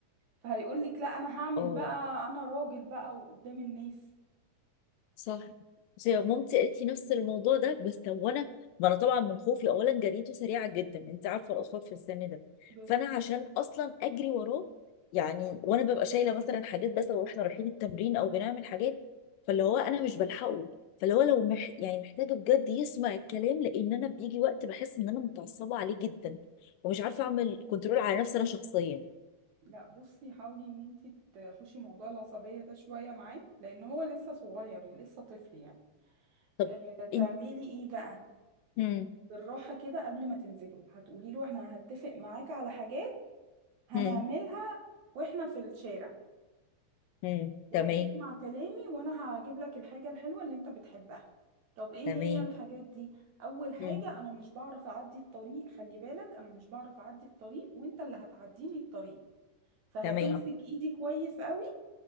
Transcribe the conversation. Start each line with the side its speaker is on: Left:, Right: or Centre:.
Right: فهيقول لك لا انا هعمل
Left: اه
Right: بقى انا راجل بقى وقدام الناس
Left: صح بس هي مامتي قالت لي نفس الموضوع ده بس وانا ما انا طبعا من خوفي اولا جريته سريعه جدا انت عارفه الاطفال في السن ده
Right: بالظبط
Left: فانا عشان اصلا اجري وراه يعني وانا ببقى شايله مثلا حاجات بس لو احنا رايحين التمرين او بنعمل حاجات فاللي هو انا مش بلحقه فاللي هو لو مح... يعني محتاجه بجد يسمع الكلام لان انا بيجي وقت بحس ان انا متعصبه عليه جدا ومش عارفه اعمل كنترول على نفسي انا شخصيا
Right: لا بصي حاولي ان انت تحوشي موضوع العصبية ده شوية معاه لان هو لسه صغير يعني لسه طفل يعني
Left: طب
Right: آه، تعملي
Left: انت
Right: ايه بقى
Left: هم
Right: بالراحة كده قبل ما تنزلوا هتقولي له احنا هتفق معاك على حاجات هنعملها
Left: هم
Right: واحنا في الشارع
Left: هم
Right: وهتسمع
Left: تمام
Right: كلامي وانا هجيب لك الحاجة الحلوة اللي انت بتحبها طب ايه هي
Left: تمام
Right: الحاجات دي اول حاجة
Left: هم
Right: انا مش بعرف اعدي الطريق خلي بالك انا مش بعرف اعدي الطريق وانت اللي هتعديني الطريق فهتمسك
Left: تمام
Right: ايدي كويس قوي